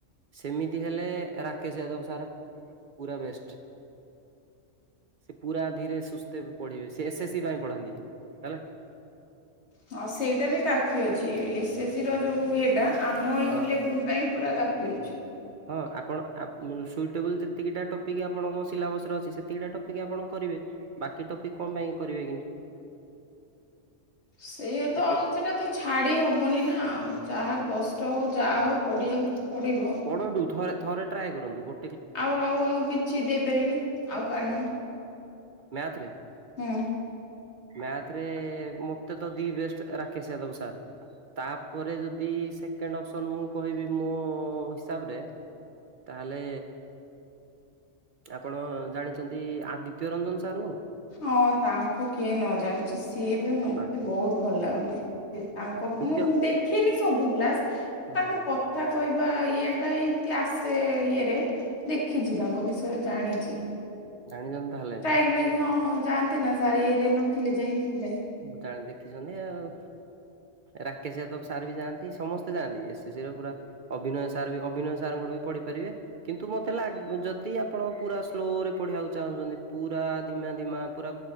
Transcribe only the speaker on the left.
ହଁ ସେଇଟା ବି କାଫି ଅଛି ଏସ୍ ଏସ ସି ର ଯୋଉ ଇଏଟା ଆମ ଏଇ
ଲେବୁଲ ପାଇଁ ପୁରା କାଫି। ଅଛି
ସେଇଆ ତ
ସେଟା ତ ଛାଡ଼ି ହବନି ନା ଯାହା କଷ୍ଟ ହୋଉ ଯାହା ହୋଉ ପଢ଼ିବାକୁ ତ ପଡ଼ିବ।
ଆଉ ଆଉ ଆଉ କିଛି ଦେଇପାରିବେ ଆଉ କାହା ନା?
ହୁଁ।
ହଁ ତାଙ୍କୁ କିଏ ନ ଜାଣିଛି ସିଏ ବି ମତେ
ବହୁତ ଭଲ ଲାଗନ୍ତି। ତାଙ୍କ
ମୁଁ ଦେଖିନି ସବୁ କ୍ଲାସ୍,
ତାଙ୍କ କ କଥା କହିବା ଇଏ ଟା ଏମିତି ଆସେ ଇଏରେ ଦେଖିଚି ତାଙ୍କ ବିଷୟରେ ଜାଣିଚି।
ସେଥି ପାଇଁ କି ହଁ ଯାଆନ୍ତି ନା ସାର ଇଏରେ ନଥିଲେ ଯାଇ ନଥିଲେ।